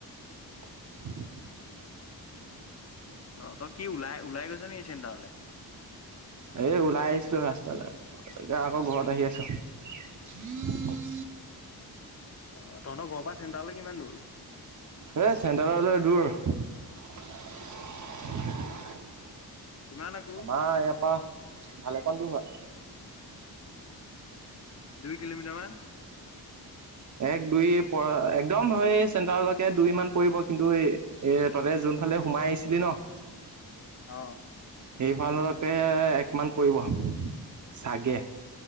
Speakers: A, on the right; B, on the left.
A: <inaudible>
B: অ তই কি ওলাই ওলাই গৈছ নেকি চেণ্টাৰলে
A: এ ওলাই আহিছিলো ৰাস্তালৈ এতিয়া আকৌ ঘৰত আহি আছো <inaudible> হম
B: অ তহঁতৰ ঘৰৰ পৰা চেণ্টাৰলৈ কিমান দূৰ
A: এ চেণ্টাৰতলৈ দূৰ <unintelligible>
B: কিমান আকৌ
A: আমাৰ ইয়াৰ পৰা ভালেমান দূৰ হয়।
B: দুই কিলোমিটাৰ মান <inaudible>
A: এক দুই পৰা একদম হয় চেণ্টাৰলৈকে দুই মান পৰিব। কিন্তু এ ততে যত ফালে সোমাই আহিছিলি ন <unintelligible>
B: আহ
A: সেইফালকৈ একমান পৰিব চাগে।